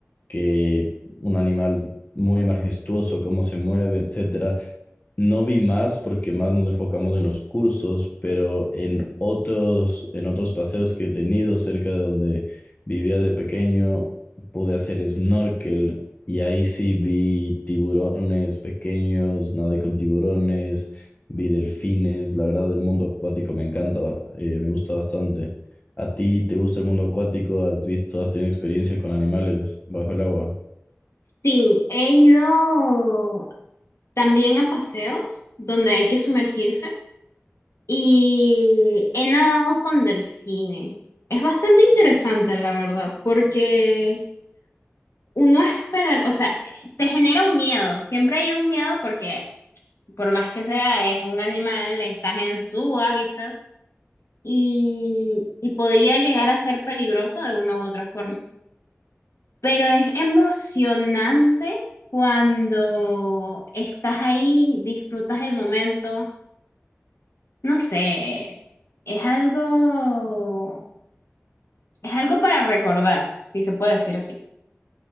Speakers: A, on the left; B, on the left.
A: que un animal muy majestuoso, cómo se mueve, etcétera. No vi más porque más nos enfocamos en los cursos, pero en otros, en otros paseos que he tenido cerca de donde vivía de pequeño, pude hacer snorkel y ahí sí vi tiburones pequeños, nadé con tiburones, vi delfines, la verdad el mundo acuático me encanta, eh, me gusta bastante. ¿A ti te gusta el mundo acuático? ¿Has visto, has tenido experiencia con animales bajo el agua?
B: Sí, he ido también a paseos donde hay que sumergirse y he nadado con delfines. Es bastante interesante, la verdad, porque uno espera, o sea, te genera un miedo, siempre hay un miedo porque por más que sea, es un animal, estás en su hábitat y, y podría llegar a ser peligroso de una u otra forma. Pero es emocionante cuando estás ahí, disfrutas el momento. No sé, es algo, es algo para recordar, si se puede decir así.